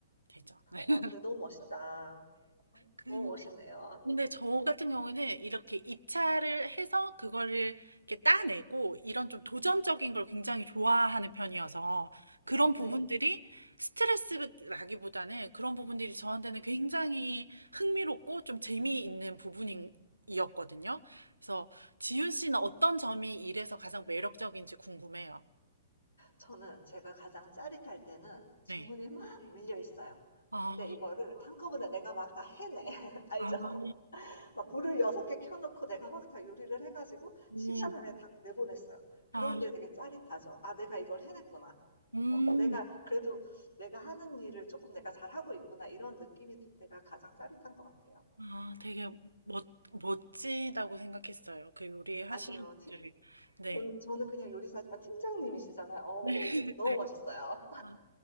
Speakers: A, on the right (about 85°); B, on the left (about 75°).
A: 되죠. <laughs>
B: 와 근데
A: 네.
B: 너무 멋있다. 어
A: 근데
B: 너무 멋있네요.
A: 근데 저 같은 경우에는 이렇게 입찰을 해서 그거를 이렇게 따내고 이런 좀 도전적인 걸 굉장히 좋아하는 편이어서 그런 부분들이
B: 네.
A: 스트레스라기보다는 그런 부분들이 저한테는 굉장히 흥미롭고 좀 재미있는 부분이었거든요. 그래서 지윤 씨는 어떤 점이 일에서 가장 매력적인지 궁금해요.
B: 저는 제가 가장 짜릿할 때는 주문이
A: 네.
B: 막 밀려 있어요.
A: 아,
B: 근데 이거를 한꺼번에 내가 막 다 해내. <laughs> 알죠?
A: 아,
B: 막 불을 6개 켜 놓고 내가 막 다 요리를 해 가지고
A: 음,
B: 시간 안에 다 내보냈어요. 그럴
A: 아,
B: 때 되게 짜릿하죠. '아 내가 이걸 해냈구나.
A: 음.
B: 어 내가 그래도 내가 하는 일을 조금 내가 잘하고 있구나.' 이런 느낌이 들 때가 가장 짜릿한 것 같아요.
A: 아, 되게 멋, 멋지다고 생각했어요. 그 요리 하시는
B: 아니요.
A: 분들을
B: 팀
A: 네.
B: 저는 저는 그냥 요리사지만 팀장님이시잖아요. 어우
A: <laughs>
B: 너무
A: 네.
B: 멋있어요.
A: 아,